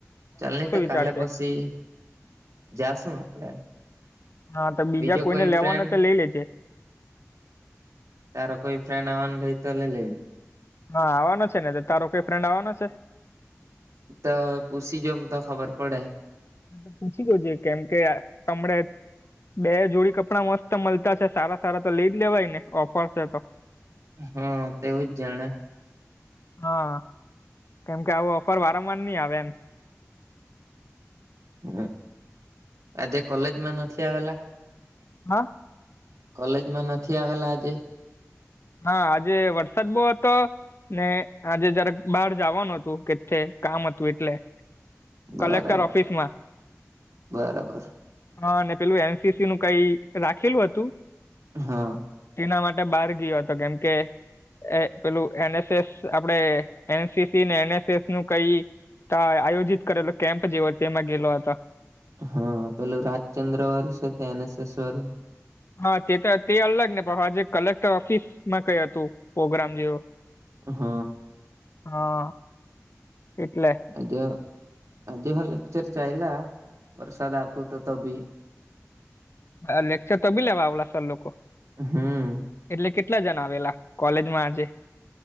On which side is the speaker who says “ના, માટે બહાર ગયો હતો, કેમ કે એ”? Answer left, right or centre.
Left